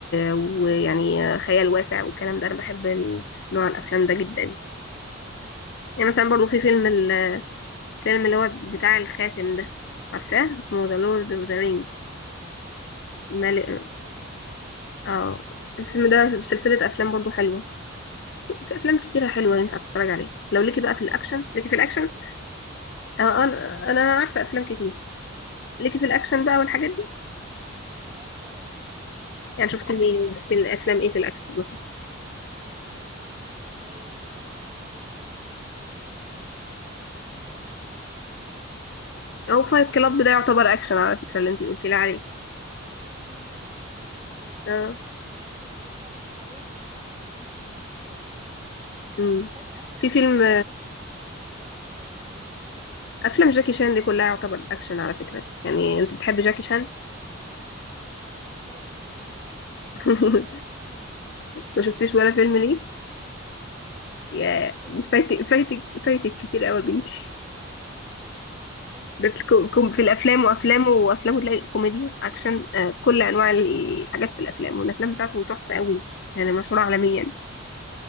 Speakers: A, on the left; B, on the right.
A: ويعني خيال واسع والكلام ده انا بحب ال- نوع الافلام ده جدا يعني مثلا برضو في
B: انا
A: فيلم
B: كنت عايزة
A: ال-
B: اشوفه
A: الفيلم اللي هو بتاع الخاتم ده عارفاه اسمه The Lord of the Rings
B: لا
A: مال...
B: برضه مش شفته
A: اه الفيلم ده سلسله افلام برضو حلوه في افلام كتيره حلوه ينفع تتفرج عليها لو ليكي بقى في الاكشن
B: انا فايتة
A: ليكي
B: افلام
A: في الاكشن
B: كتير
A: آه، انا
B: يعني
A: انا عارفه
B: شوية
A: افلام كتير
B: اه
A: ليكي في الاكشن بقى والحاجات
B: اه شوية يعني
A: يعني شفت مين في الافلام ايه في الاكشن مثلا
B: بس مش فاكرة كويس الأكشن ايه آخر فيلم شفته عشان من فترة أنا ليا فترة ما بشوفش أفلام كتير
A: او
B: ولا
A: فايت
B: مسلسلات
A: كلاب ده يعتبر اكشن على فكره اللي انت قلتي لي عليه
B: عشان من زمان انا برضو
A: اه
B: بقولك من زمان شفته فبس حاليا انا مش فاكره اخر فيلم اكشن شفته كان ايه
A: امم
B: فاكره اخر
A: في
B: فيلم
A: فيلم
B: اجنبي شفته كان رومانسي غالبا
A: افلام جاكي شان دي كلها يعتبر اكشن على فكره يعني انت بتحبي جاكي شان
B: ما شفتش ولا فيلم لجاكي شان <laughs> مش عارفه
A: <laughs>
B: ازاي
A: ما شفتيش ولا فيلم ليه يا
B: ولا فيلم لجاكي
A: فايتك
B: شان
A: فايتك فايتك كتير قوي يا بنتي
B: انا فايتني
A: ده الكو-
B: كتير في, في
A: كوم-
B: الافلام
A: في الافلام
B: عموما
A: وافلامه وافلامه تلاقي كوميديا اكشن آه، كل انواع الحاجات في الافلام والافلام بتاعته تحفه قوي يعني مشهوره عالميا